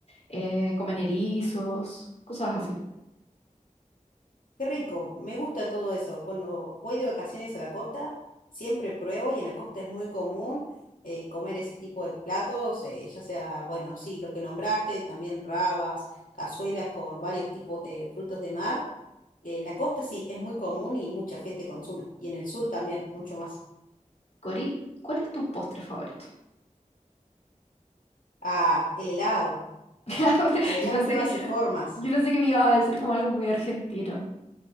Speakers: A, on the left; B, on the left.
A: eh, comen erizos, cosas así.
B: Qué rico, me gusta todo eso. Cuando voy de vacaciones a la costa, siempre pruebo y en la costa es muy común eh, comer ese tipo de platos, eh, ya sea, bueno, sí, lo que nombraste, también rabas, cazuelas con varios tipos de frutos de mar. En la costa sí, es muy común y mucha gente consume. Y en el sur también, mucho más.
A: Cori, ¿cuál es tu postre favorito?
B: Ah, el helado,
A: <laughs>
B: el helado
A: Yo pensé
B: en todas
A: que,
B: sus formas.
A: yo pensé que me ibas a decir como algo muy argentino.